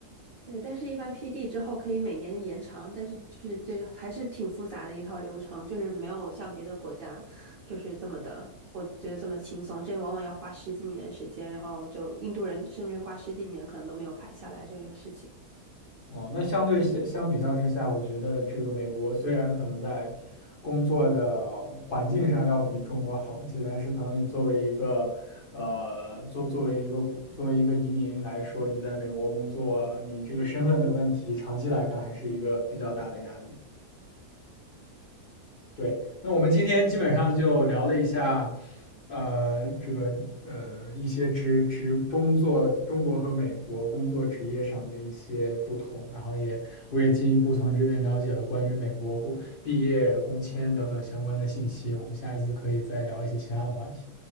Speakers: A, on the right; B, on the left.
A: 对，但是一般 PD 之后可以每年延长，但是就是这还是挺复杂的一套流程，就是没有像别的国家就是这么的，我觉得这么轻松，这往往要花十几年时间，然后就印度人甚至花十几年可能都没有排下来这个事情。
B: 哦，那相对相相比较之下，我觉得这个美国虽然可能在工作的环境上要比中国好一些，但是可能你作为一个呃，作作为一个作为一个移民来说，你在美国工作，你这个身份的问题，长期来看还是一个比较大的压力。对，那我们今天基本上就聊了一下，呃，这个呃一些职职工作中国和美国工作职业上的一些不同，然后也我也进一步从这边了解了关于美国工毕业工签等等相关的信息，我们下一次可以再聊一些其他的话题。